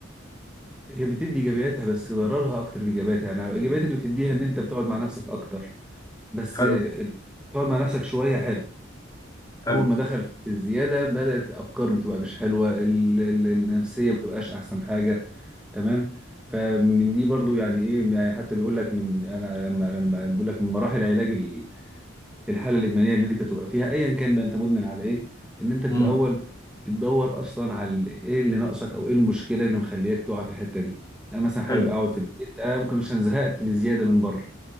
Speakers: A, in the centre; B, on the left (about 15°).
A: هي بتدي ايجابياتها بس ضررها اكتر من ايجابياتها يعني الايجابيات اللي بتديها ان انت بتقعد مع نفسك اكتر بس
B: حلو
A: آه، تقعد مع نفسك شوية حلو
B: حلو
A: اول ما دخل في الزياده بدات افكار بتبقى مش حلوه ال- ال- النفسيه بتبقاش احسن حاجه تمام فمن دي برضو يعني ايه يعني حتى بيقول لك من انا لما لما بيقول لك من مراحل علاج ال- الحاله الادمانيه اللي انت تبقى فيها ايا كان بقى انت مدمن على ايه ان انت في
B: امم
A: الاول بتدور اصلا على ال- ايه اللي ناقصك او ايه المشكله اللي مخلياك تقع في الحته دي انا مثلا حابب
B: حلو
A: اقعد في البيت آه ممكن عشان زهقت بزياده من بره